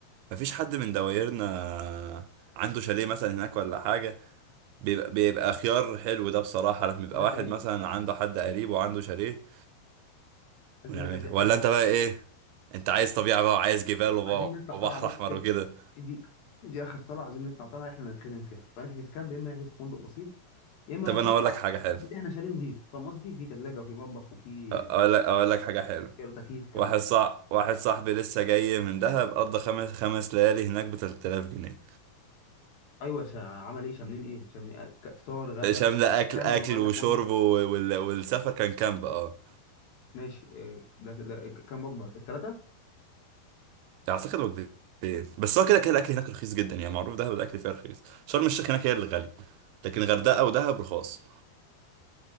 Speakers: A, on the right; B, on the left.
A: ما فيش حد من دوايرنا عنده شاليه مثلا هناك ولا حاجة بيبقى, بيبقى خيار حلو ده بصراحة لما يبقى
B: بقول لك
A: واحد
B: ايه
A: مثلا عنده حد قريب وعنده شاليه
B: عايزين
A: ونعملها
B: عايزين
A: ولا
B: عايزين
A: انت بقى ايه انت عايز طبيعة بقى وعايز جبال وب-
B: عايزين نطلع
A: وبحر
B: طالعه بص
A: احمر
B: كده
A: وكده
B: دي دي اخر طلعه عايزين نطلع طلعه احنا نتخدم فيها فنحجز كامب يا اما نحجز في فندق بسيط يا اما
A: طب
B: لو
A: انا
B: نطلع
A: اقول لك حاجة حلوة
B: نحجز اللي احنا شايلين نضيف فاهم قصدي في ثلاجه وفي مطبخ وفي
A: اقول لك اقول لك حاجة حلوة
B: كيلو تكييف الكلام
A: واحد
B: ده
A: صاح واحد صاحبي لسه جاي من دهب قضى خمس خمس ليالي هناك ب 3000 جنيه
B: ايوه شا... عمل ايه شاملين ايه شاملين أ- ك- فطار غدا
A: شاملة
B: حتى
A: اكل
B: كامب
A: اكل
B: ولا
A: وشرب
B: فندق
A: و- وال... والسفر كان كامب اه
B: ماشي آه، ده ده ك- كام وجبه الثلاثه
A: اعتقد وجبتين بس هو كده كده الاكل هناك رخيص جدا يعني معروف دهب الاكل فيها رخيص شرم الشيخ هناك هي اللي غالي لكن غردقة ودهب رخاص